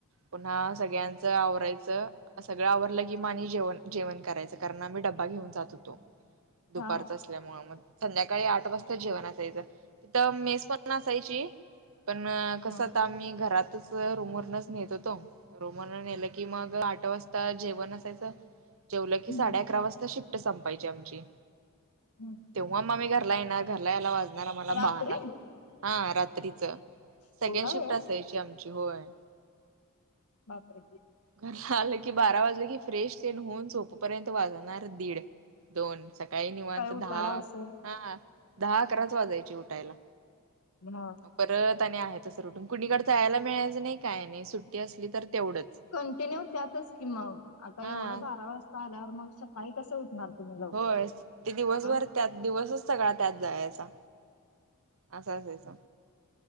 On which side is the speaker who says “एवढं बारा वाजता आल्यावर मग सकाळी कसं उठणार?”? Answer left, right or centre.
Left